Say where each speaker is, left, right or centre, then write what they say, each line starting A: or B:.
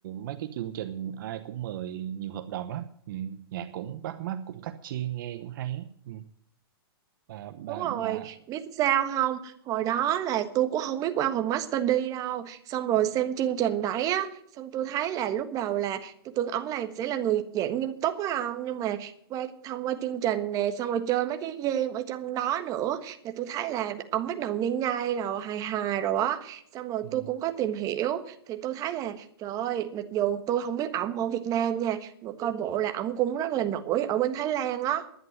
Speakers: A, on the right; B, on the right.
A: mấy cái chương trình ai cũng mời nhiều hợp đồng lắm ừ. nhạc cũng bắt mắt cũng catchy nghe cũng hay á. ừ bà bà
B: Đúng
A: bà
B: rồi, biết sao không? Hồi đó là tôi cũng không biết qua phòng Master D đâu. Xong rồi xem chương trình đấy á, xong tôi thấy là lúc đầu là tôi tưởng ổng là sẽ là người giảng nghiêm túc á không? Nhưng mà qua thông qua chương trình nè, xong rồi chơi mấy cái game ở trong đó nữa là tôi thấy là ổng bắt đầu nhai nhai rồi, hài hài rồi á. Xong rồi
A: ừ,
B: tôi cũng có tìm hiểu thì tôi thấy là trời ơi, mặc dù tôi không biết ổng ở Việt Nam nha, mà coi bộ là ổng cũng rất là nổi ở bên Thái Lan á